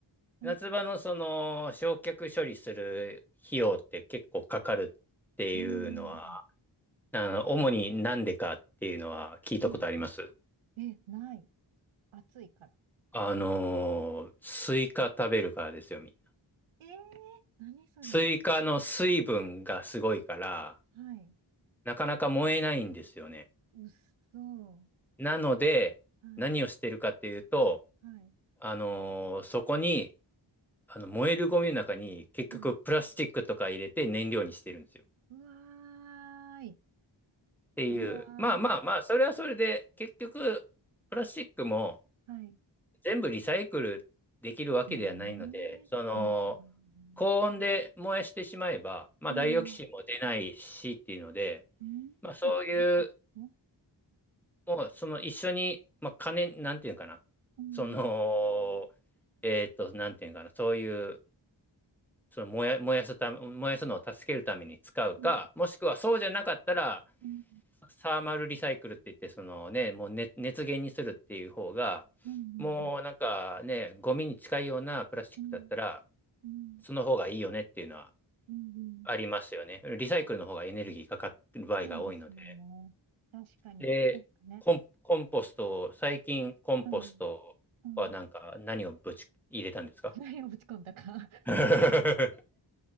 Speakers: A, on the right; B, in the centre.
A: うん
B: 夏場のその、焼却処理する費用って結構かかるっていうのは、
A: うん
B: あの、主になんでかっていうのは聞いたことあります。
A: うんえ、ない。暑いから。
B: あのー、スイカ食べるからですよ、みんな。
A: えー、何それ。
B: スイカの水分がすごいから、
A: はい。
B: なかなか燃えないんですよね。
A: うっそー。
B: なので、
A: はい。
B: 何をしてるかっていうと、
A: はい。
B: あのーそこに、あの燃えるゴミの中に結局プラスチックとか入れて燃料にしてるんですよ。
A: はい。
B: っ
A: うわーい。
B: ていう、
A: うわー。
B: まあまあまあ、それはそれで結局プラスチックも
A: はい。
B: 全部リサイクルできるわけではないので、
A: まあねうん。
B: その高温で燃やしてしまえば、まあダイオキシンも出ないしっていうので、
A: うん。うん。
B: まあそういう、
A: そうだね。
B: もうその一緒に、まあ金、なんていうのかな、
A: うん。
B: その、えっと、なんていうのかな、そういうその燃や、燃やすため、燃やすのを助けるために使うか、
A: うん。
B: もしくはそうじゃなかったら、
A: うん。
B: サーマルリサイクルって言って、そのね、もう熱、熱源にするっていう方が、
A: うん。
B: もうなんかね、ゴミに近いようなプラスチックだったら、
A: うん。うん。うん。
B: その方がいいよねっていうのは
A: うん
B: ありますよね。リサイクルの方がエネルギーかかってる場合が多いので。
A: そうですよね。確かに。
B: で、
A: なんかね。
B: コン、コンポスト、最近コンポストはなんか何をぶち入れたんですか
A: うん。うん。何をぶち込んだか。
B: <laughs>